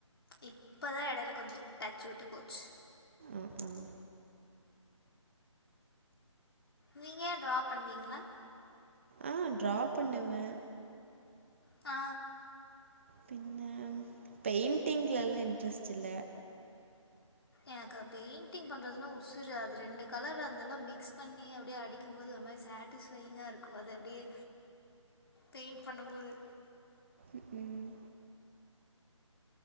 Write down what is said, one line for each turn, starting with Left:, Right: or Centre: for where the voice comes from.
Left: இப்பதா எடைல கொஞ்சோ டச்சு விட்டு போச்சு
Right: ம் ம்
Left: நீங்க ட்ரா பண்ணுவீங்ளா
Right: ஆ ட்ரா பண்ணுவே
Left: ஆ
Right: பின்ன பெயிண்டிங்லலா இன்ட்ரெஸ்ட் இல்ல
Left: எனக்கு பெயிண்டிங் பண்றதுனா உசுரு அது ரெண்டு கலர் அந்தெல்லா மிக்ஸ் பண்ணி அப்டியே அடி க்கும் போது ஒரு மாரி சாட்டிஸ்ஃபையிங்காருக்கு அது அப்டியே பெயிண்ட் பண்ணம்போது
Right: ம் ம்